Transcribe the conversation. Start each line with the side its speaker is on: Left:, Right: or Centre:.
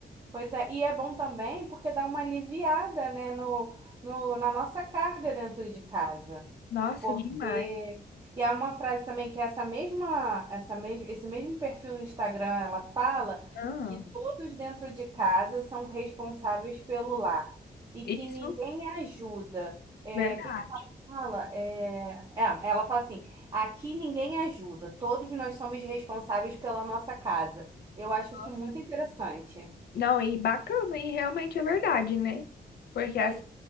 Right: Pois é, e é bom também porque dá uma aliviada, né, no, no, na nossa carga dentro de casa.
Left: Nossa,
Right: Porque
Left: demais.
Right: e há uma frase também que é essa mesma, essa mesmo, esse mesmo perfil no Instagram, ela fala
Left: Ah,
Right: que todos dentro de casa são responsáveis pelo lar e
Left: isso,
Right: que ninguém ajuda. É,
Left: verdade.
Right: o que que ela fala? É, é, ela fala assim: aqui ninguém ajuda, todos nós somos responsáveis pela nossa casa. Eu acho isso
Left: Nossa.
Right: muito interessante.
Left: Não, e bacana, e realmente é verdade, né? Porque
Right: Pois
Left: assim,